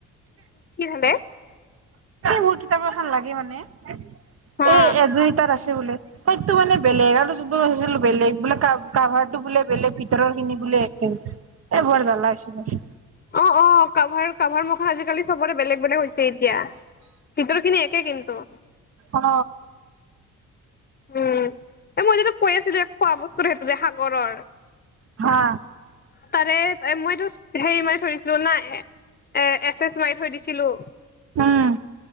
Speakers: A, on the left; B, on the right.
A: কি হ'লে?
B: মোৰ কিতাপ এখন লাগে মানে। এ,
A: হা
B: একযুৰি তাত আছে বোলে, সেইটো মানে বেলেগ আৰু জু <unintelligible> বেলেগ বোলে কা-কাভাৰতো বোলে বেলেগ ভিতৰৰখিনি বোলে একে। এই বৰ জালা হৈছি দে।
A: অ', অ', কাভাৰ কাভাৰ মখা আজিকালি চবৰে বেলেগ বেলেগ হৈছে এতিয়া। ভিতৰৰখিনি একে কিন্তু।
B: অ
A: উম, এ মই যিটো কৈ আছিলোঁ, খোৱা বস্তুৰ সেইটো যে সাগৰৰ।
B: হা।
A: তাৰে মইতো হেৰি মানে ধৰিছিলোঁ নাই। এ, এ, এচেছ মাৰি থৈ দিছিলোঁ।
B: উম